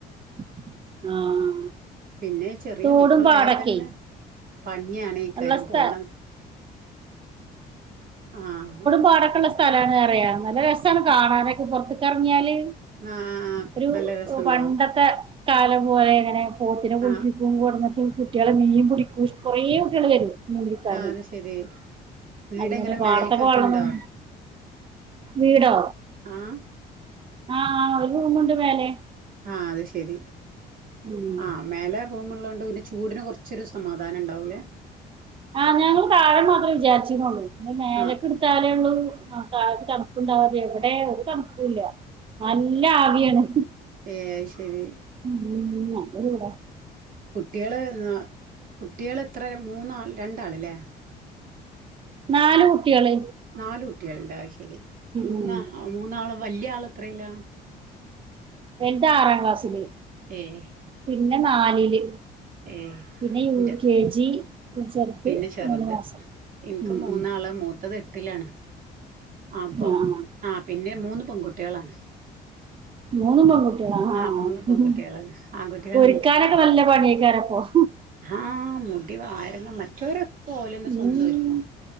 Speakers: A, on the right; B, on the right.
A: ആഹ്.
B: പിന്നെ ചെറിയ
A: തോടും
B: മക്കളായാ
A: പാടൊക്കെ
B: തന്നെ. പണ്ണ്യാണേക്കാരം
A: ഉള്ള സ്ഥ
B: പോണന്ന് ആഹ് ഹാ.
A: പാടക്കൊള്ള സ്ഥലാണ് അറിയാ നല്ല രസ്സാണ് കാണാനൊക്കെ പൊർത്ത് ക്കെറങ്ങിയാല്.
B: ന്നാ
A: ഒരു
B: നല്ല രസണ്ടാവും
A: പണ്ടത്തെ. കാലം പോലെ അങ്ങനെ പോത്തിനെ കുളിപ്പിക്കും
B: ആഹ്
A: കൊട്ന്ന്. കുട്ട്യാള് മീൻ പുടിക്കൂം ഇഷ് കൊറേ കുട്ട്യാള് വരും. മീൻ പിടിക്കാന്
B: ആഹ് അത് ശെരി. വീടെങ്ങനെ
A: അങ്ങനെ പാടത്തൊക്കെ
B: മേല്ക്കൊക്കെണ്ടോ?
A: വെള്ളം നിന്നു വീടോ
B: ആഹ്.
A: ആഹ് ഒര് റൂമുണ്ട് മേലെ.
B: ആഹ് അത് ശെരി
A: ഉം
B: ആഹ് മേലെ റൂമുള്ളോണ്ട് പിന്നെ ചൂടിന് കൊറച്ചൊരു സമാധാനണ്ടാവുല്ലേ?
A: ആഹ് ഞങ്ങള് താഴെ മാത്രേ വിചാരിച്ചീന്നൊള്ളു അത് മേലെക്കിട്
B: ആഹ്
A: ട്ത്താലൊള്ളൂ ആഹ് താഴത്ത് തണ്പ്പ്ണ്ടാവാ എവിടേ ഒരു തണ്പ്പൂല്ല. നല്ല ആവിയാണ്
B: ഏഹ് അത് ശെരി
A: ഉം നല്ലചൂടാ
B: കുട്ട്യേള്, ന കുട്ട്യേളെത്ര മൂന്നാൾ രണ്ടാള്ല്ലേ.
A: നാല്കുട്ട്യാള്.
B: നാല് കുട്ട്യാള്ണ്ട് അഹ് ശെരി മൂന്നാ
A: ഉം
B: മൂന്നാള് വല്ല്യാള് എത്രേലാ?
A: വെൽത് ആറാം ക്ലാസ്സില്
B: ഏഹ്
A: പിന്നെ നാലില്.
B: ഏഹ്
A: പിന്നെ യൂ
B: ഇന്റെ
A: കെ ജി. ചെറുത്
B: പിന്നെ ചെറുത്
A: മൂന്ന് മാസം
B: ഇൻക്ക്
A: ഉം
B: മൂന്നാള്
A: ഉം
B: മൂത്തത് എട്ടിലാണ്. അപ്പം
A: ആ ആ
B: ആഹ് പിന്നെ മൂന്ന് പെങ്കുട്ട്യാളാണ്.
A: മൂന്നും പെങ്കു ങ്കുട്ട്യാള ആഹ്
B: ആ
A: ആഹ്
B: മൂന്ന് പെൺകുട്ടികളാണ് ആൺകുട്ടികൾ
A: ഒരുക്കാനൊക്കെ നല്ല പണിയേക്കാരപ്പം
B: ആഹ് മുടി വാരണം മറ്റൊരൊക്കെ ഓലെന്നെ
A: ഉം
B: സ്വന്തൊരുങ്ങും.